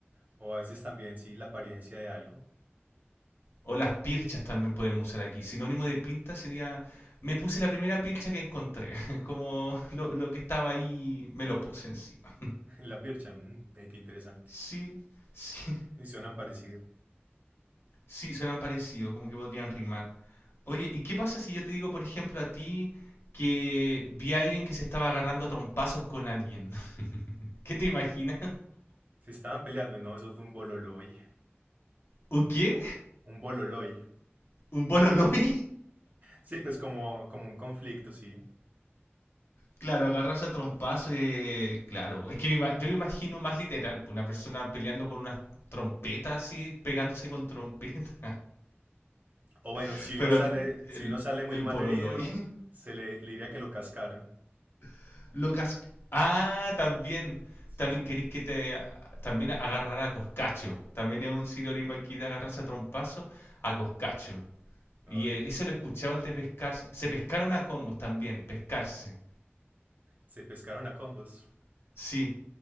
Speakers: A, on the right; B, on the left.
A: o a veces también, sí, la apariencia de algo.
B: O las pirchas también podemos usar aquí. Sinónimo de pinta sería, me puse la primera pircha que encontré, <laughs> como
A: <laughs>
B: lo, lo que estaba ahí, me lo puse encima.
A: La pircha, mm, eh, qué interesante.
B: Sí, sí,
A: Y suenan parecido.
B: sí, suenan parecido, como que podrían rimar. Oye, ¿y qué pasa si yo te digo, por ejemplo, a ti que vi a alguien que se estaba agarrando a trompazos con alguien? <laughs> ¿Qué te imaginas?
A: Se estaban peleando, no, eso fue un bololoy.
B: ¿Un qué?
A: Un bololoy.
B: ¿Un bololoi?
A: Sí, pues como, como un conflicto, sí.
B: Claro, agarrarse a trompazo y... Claro, pues, es que me ima- yo me imagino más literal, pues, una persona peleando con unas trompetas así, pegándose con trompetas.
A: O bueno,
B: <laughs>
A: si
B: Pero
A: uno sale,
B: n- el,
A: si uno sale muy
B: el
A: mal
B: pololoy.
A: herido, se le, le diría que lo cascaron.
B: <laughs> Lucas... Ah, también.
A: Sí,
B: También
A: sí.
B: querís que te... También agarrar a Coscacho. También es un siroripa aquí de agarrarse a trompazo a Coscacho.
A: Ay,
B: Y eh, eso lo escuchaba el de pescarse. Se pescaron a combos también, pescarse.
A: Se pescaron a combos.
B: Sí,